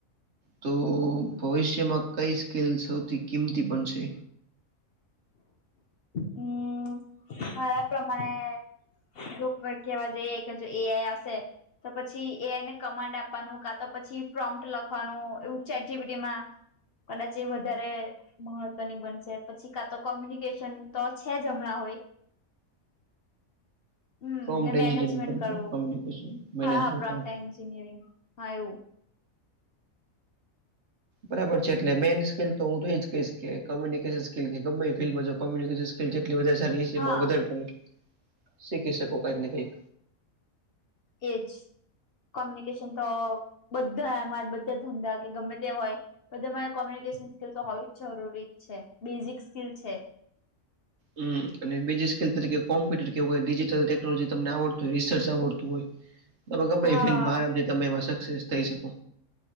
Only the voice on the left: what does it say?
હમ મારા પ્રમાણે. જો કેવા જઈએ કે જો એઆઈ હશે. તો પછી એઆઈ ને કમાન્ડ આપવાનું કા તો પછી પ્રોમપ્ટ લખવાનું એવું ચેટજીપીટીમાં. કદાચ એ વધારે મહત્વની બનશે પછી કા તો કોમ્યુનિકેશન. તો છે જ હમણાં હોય. હમ
ને
મેનેજમેન્ટ
કરવું
હા પ્રોમપ્ટ એન્જનિયરિંગ હા એવું.
હા
એજ. કોમ્યુનિકેશન તો બધા માં બધા ધંધા કે ગમે તે હોય. તો તમારે કોમ્યુનિકેશન સ્કીલ તો હોવી જ જરૂરી છે બેઝિક સ્કીલ છે.
હા